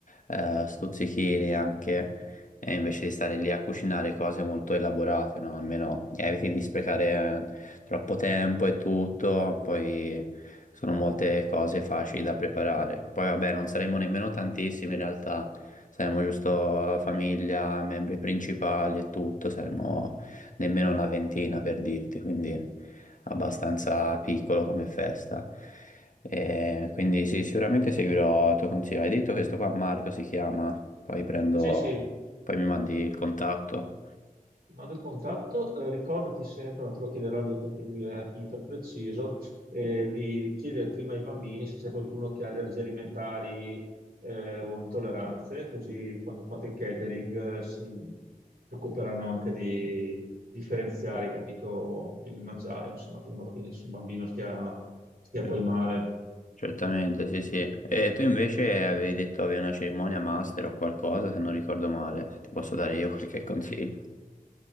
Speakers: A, on the left; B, on the right.
A: eh, stuzzichini anche. E invece di stare lì a cucinare cose molto elaborate, no? Almeno eviti di sprecare eh, troppo tempo e tutto. Poi sono molte cose facili da preparare. Poi, vabbè, non saremo nemmeno tantissimi in realtà. Saremo giusto famiglia, membri principali e tutto. Saremo nemmeno una ventina per dirti, quindi abbastanza piccolo come festa. E quindi sì, sicuramente seguirò il tuo consiglio. Hai detto che questo qua Marco si chiama, poi prendo,
B: Sì, sì,
A: poi mi mandi il contatto.
B: Ti mando il contatto, eh, ricordati sempre, ma te lo chiederà lui perché lui è iperpreciso, eh, di chiedere prima ai bambini se c'è qualcuno che ha allergie alimentari eh, o intolleranze, così quando fate il catering eh, si si occuperanno anche di differenziare, capito, il mangiare, insomma, in modo che nessun bambino stia, stia
A: Cer-
B: poi male.
A: Certamente, sì, sì. E tu invece avevi detto avevi una cerimonia master o qualcosa, se non ricordo male, se ti posso dare io qualche consiglio.